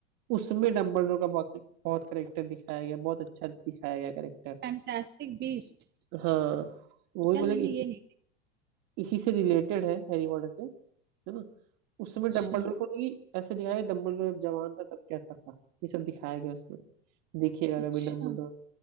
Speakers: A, on the right (about 55°); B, on the right (about 30°).
A: उसमें डम्बलडोर का बहुत बहुत करेक्टर दिखाया गया बहुत अच्छा दिखाया गया करेक्टर
B: Fantastic beast
A: हाँ वो भी
B: यार
A: मतलब
B: मैंने
A: इसी
B: ये नहीं
A: इसी से रिलेटेड है हैरी पॉटर से है ना उस समय
B: अच्छा
A: डम्बलडोर को नहीं ऐसे दिखाया डम्बलडोर जब जवान था तब कैसा था ये सब दिखाया गया उसमें देखिएगा
B: अच्छा
A: कभी डम्बलडोर